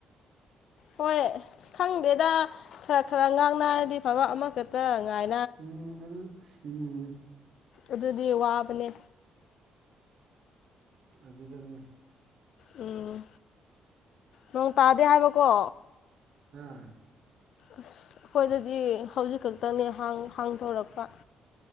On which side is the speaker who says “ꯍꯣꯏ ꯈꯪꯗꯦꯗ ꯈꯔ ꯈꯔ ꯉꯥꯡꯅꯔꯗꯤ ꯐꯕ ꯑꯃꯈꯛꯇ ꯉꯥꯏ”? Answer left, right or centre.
Left